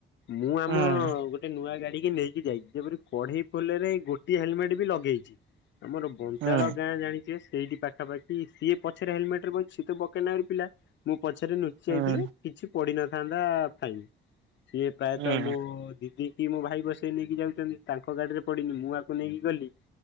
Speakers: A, on the left; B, on the right.
A: ମୁଁ ଆମ
B: ହୁଁ
A: ଗୋ ନୂଆ ଗାଡି କି ନେଇକି ଯାଇଛି ଯେପରି କଢେଇ ଫଲରେ ଗୋଟିଏ ହେଲମେଟ ବି ଲଗେଇଛି ଆମର। ବନ୍ତାଳ
B: ହୁଁ
A: ଗାଁ ଜାଣି ସିଏ ସେଇଠି ପାଖାପାଖି ସିଏ ପଛରେ ହେଲମେଟରେ ବଇଛି। ସେ ତ ବକେଟ ନାଖୁର ପିଲା ମୁଁ ପଛରେ ନୁହେଁ ସିଏ
B: ହୁଁ
A: ହେଇଥିଲେ କିଛି ପଢିନଥାନ୍ତା ଫାଇନ। ସିଏ ପ୍ରାୟତଃ
B: ହୁଁ
A: ମୋ ଦିଦି କି ମୋ ଭାଇ ବସେଇ କି ନେଇକି ଯାଉଚନ୍ତି ତାଙ୍କ ଗାଡିରେ ପଡିନି। ମୁଁ ଆକୁ ନେଇକି ଗଲି।